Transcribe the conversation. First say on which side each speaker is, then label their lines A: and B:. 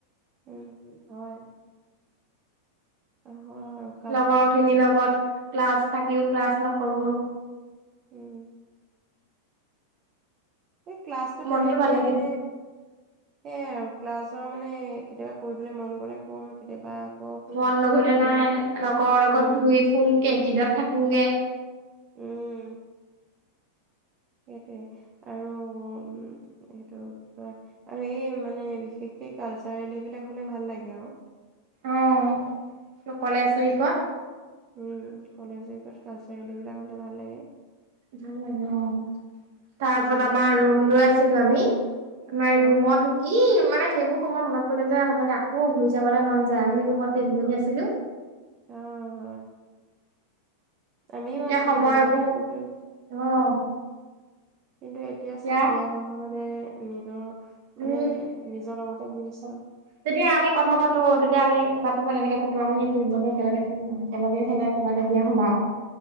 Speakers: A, on the right; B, on the right.
A: উম হয় হয় হয়
B: লগৰ খিনিৰ লগত ক্লাছ থাকিও ক্লাছ নকৰো
A: উম এই ক্লাছটো
B: মনটো
A: তেনেকে
B: ভাল লাগে।
A: মানে সেইয়াই আৰু ক্লাছৰ মানে কেতিয়াবা কৰিবলৈ মন গলে কওঁ কেতিয়াবা আকৌ
B: মন নগলে
A: মানে
B: নাই লগৰ লগত
A: উম
B: ধুই ফো কেন্টিনত থাকোগে।
A: উম সেইটোৱে আৰু উম এইটো কি হয় আৰু এই মানে বিশেষকে কালচাৰেল এইবিলাক হ'লে ভাল লাগে আৰু
B: অ', কলেজ উইকত।
A: উম কলেজ উইকত কালচাৰেলবিলাকতে ভাল লাগে।
B: ভাল লাগে অ তাৰপছত
A: উম
B: আমাৰ ৰুম লৈ আছিলো আমি আমাৰ
A: অ
B: ৰুমত কি মানে সেইবোৰ সময়ত মনত পৰিলে যে সঁচাকে আকৌ ঘূৰি যাবলৈ মন যায় আমি ৰুমত তিনিজনী আছিলোঁ।
A: অ', - অ'। আমিও
B: তেতিয়া
A: আছিলো
B: সময়বোৰ
A: ৰুমতে কিন্তু
B: অ',
A: কিন্তু এতিয়া
B: তেতিয়া
A: চব বিয়া হৈ মানে নিজৰ,
B: উম
A: মানে নিজৰ লগতে গৰি চা।
B: যেতিয়া আমি কথা পাতো তেতিয়া আমি পাতো মানে এনেকে পাতো আমি তিনিজনী একেলগে থাকিম। একেলগে ফে ক'ৰবালৈ বিয়া নোসোমাও,